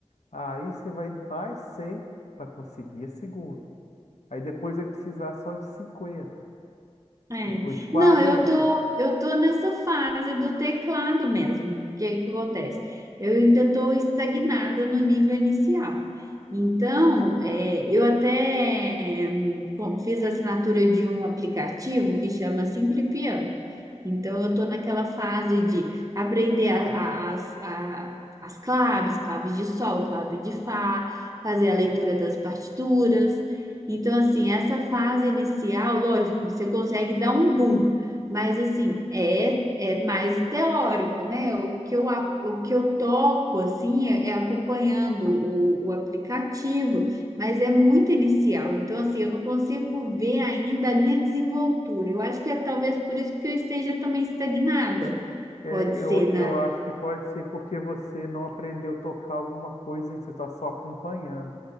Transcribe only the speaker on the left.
Aí você vai mais 100 para conseguir a segunda. Aí depois vai precisar só de 50.
depois de 40.
É,
eu,
eu acho que pode ser porque você não aprendeu a tocar alguma coisa, hein? Você está só acompanhando.